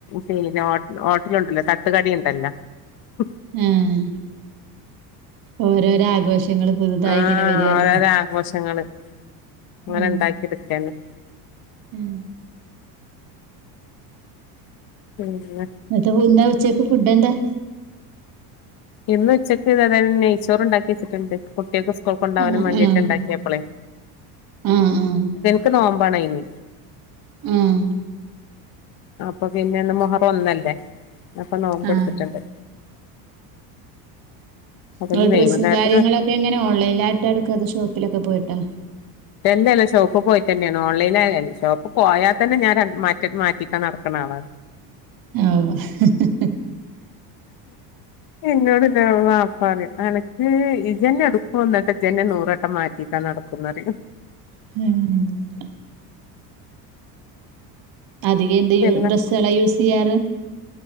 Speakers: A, on the left; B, on the right.
A: പിന്നെ ഹോട്ടലുണ്ടല്ലോ തട്ടുകടി ഉണ്ടല്ലോ ഉം
B: ആഹ ഓരോരോ ആഘോഷങ്ങളും പുതുതായി
A: ആഹ്
B: ഇങ്ങനെ വരില്ലേ
A: ഓരോരോ ആഘോഷങ്ങള് അങ്ങനെ
B: ഉ
A: ഉണ്ടാക്കിയെടുക്കന്നെ
B: ഉം
A: ഇളള
B: മ ഒന്ന ഉച്ചയ്ക്ക് ഫുഡ് എന്താ
A: ഇന്ന് ഉച്ചക്ക് ഇത് അതായും നെയ്ച്ചോർ ഉണ്ടാക്കി വെച്ചിട്ടുണ്ട് കുട്ടികൾക്ക് സ്കൂൾ കൊണ്ടകാനും
B: ആഹ്
A: വേണ്ടിട്ട്
B: ആഹ്
A: ഉണ്ടാക്കിയപ്പോളെ
B: ആഹ് ആഹ്
A: കൊ നോമ്പണായിനി
B: ഉം
A: അപ്പൊ പിന്നെ ഇന്ന് മുഹറ ഒന്നല്ലേ അപ്പൊ നോമ്പ്
B: ആഹ്
A: എടുത്തിട്ടുണ്ട് അപ്പൊ
B: നിങ്ങ
A: ഇനി
B: ഡ്രസ്സും
A: വൈകുന്നേരത്തിന്
B: കാരെങ്ങളൊക്കെ എങ്ങനെ ഓൺലൈനിലായിട്ട് എടുക്കാ അ ഷോപ്പിലൊക്കെ പോയിട്ടോ
A: എന്തല്ലാം ഷോപ്പ് പോയിട്ട തന്നെയാണ് ഓൺലൈൻായ ഷോപ്പ് പോയാൽ തന്നെ ഞാൻ- -ക്കെ മാറ്റിക്കാൻ നടക്ക്ണാളാ
B: ആഹ്
A: എന്നോട് <unintelligible> പറയും എനക്ക് ഇജ്ജെന്നെ എടുക്കും എന്നിട്ട് ജ്ജെന്നെ നൂറട്ടം മാറ്റിക്കാൻ നടക്കുംന്ന് പറയും
B: ഉം അധികം എന്ത്
A: പെരുന്നാ
B: ഡ്രസ്സ്കളാ യൂസെയ്യാറ്